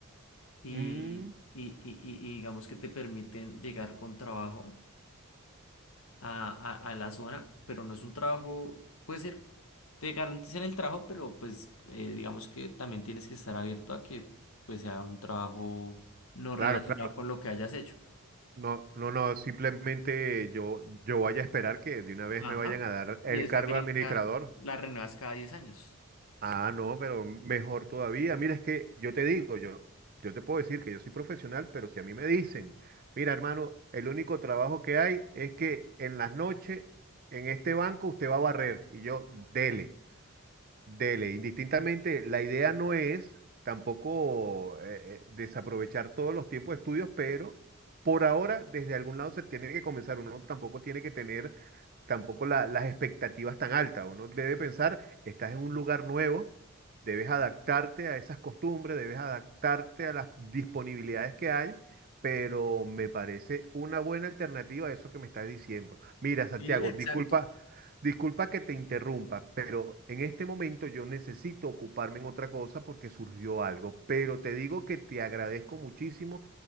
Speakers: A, on the left; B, on the right.
A: y,
B: mm,
A: y- y- y- y digamos que te permiten llegar con trabajo a, a- a la zona, pero no es un trabajo, puede ser, te garantizan el trabajo, pero pues eh, digamos que también tienes que estar abierto a que pues sea un trabajo no
B: claro,
A: relacionado
B: claro.
A: con lo que hayas hecho.
B: No, no, no, simplemente yo, yo voy a esperar que de una vez
A: Ajá.
B: me vayan a dar el
A: Y esa
B: cargo
A: green
B: de administrador.
A: card la renuevas cada 10 años.
B: Ah, no, pero mejor todavía. Mira, es que yo te digo, yo, yo te puedo decir que yo soy profesional, pero si a mí me dicen, mira, hermano, el único trabajo que hay es que en las noches en este banco usted va a barrer y yo, dele, dele. Indistintamente, la idea no es tampoco eh, eh, desaprovechar todos los tiempos de estudios, pero por ahora desde algún lado se tiene que comenzar. Uno tampoco tiene que tener tampoco la- las expectativas tan altas. Uno debe pensar, estás en un lugar nuevo, debes adaptarte a esas costumbres, debes adaptarte a las disponibilidades que hay, pero me parece una buena alternativa a eso que me estás diciendo. Mira, Santiago,
A: Sí, exacto.
B: disculpa, disculpa que te interrumpa, pero en este momento yo necesito ocuparme en otra cosa porque surgió algo, pero te digo que te agradezco muchísimo